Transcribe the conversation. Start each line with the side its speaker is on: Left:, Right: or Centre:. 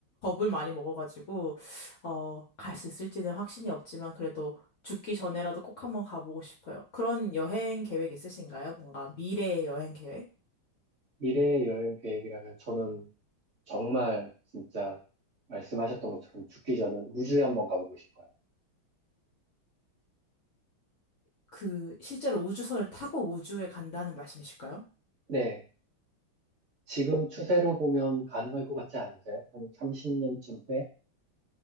Left: 겁을 많이 먹어가지고 어, 갈 수 있을지는 확신이 없지만 그래도 죽기 전에라도 꼭 한번 가보고 싶어요. 그런 여행 계획 있으신가요? 뭔가 미래의 여행 계획?
Right: 미래의 여행 계획이라면 저는 정말 진짜 말씀하셨던 것처럼 죽기 전에 우주에 한번 가보고 싶어요.
Left: 그 실제로 우주선을 타고 우주에 간다는 말씀이실까요?
Right: 네. 지금 추세로 보면 가능할 것 같지 않으세요? 한 30년쯤 후에?